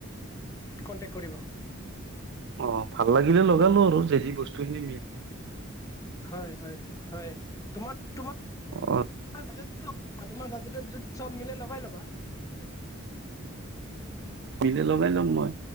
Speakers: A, on the left (about 15°); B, on the right (about 60°).
A: কন্টেক্ট কৰিব।
B: অঁ ভাল লাগিলে লগালো আৰু যেদি বস্তু খিনি মিল-
A: হয় হয় হয়, তোমাত তোমাৰ
B: অ
A: বাজেতত তোমাৰ বাজেটত যদি- চব মিলাই লগাই ল'বা।
B: মিলে লগাই ল'ম মই।